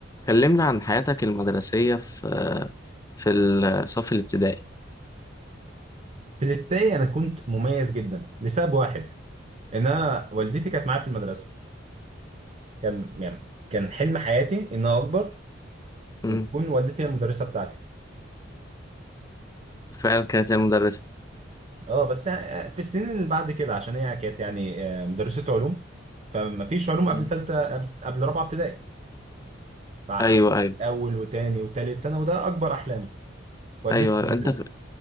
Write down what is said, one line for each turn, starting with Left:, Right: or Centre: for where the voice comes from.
Left: كلمنا عن حياتك المدرسية في في الصف الابتدائي
Right: في الابتدائي انا كنت مميز جدا لسبب واحد ان انا والدتي كانت معايا في المدرسه كان يعني كان حلم حياتي ان انا اكبر
Left: امم
Right: وتكون والدتي هي المدرسه بتاعتي
Left: فعلا كانت هي مدرسة
Right: اه بس في السنين اللي بعد كده عشان هي كانت يعني آه، مدرسه علوم فما فيش علوم
Left: امم
Right: قبل ثالثه قبل قبل رابعه ابتدائي ف
Left: أيوه أيوه
Right: اول وتاني وتالت سنه وده اكبر احلامي والدتي
Left: أيوه أيوة.
Right: مدرسه
Left: أنت في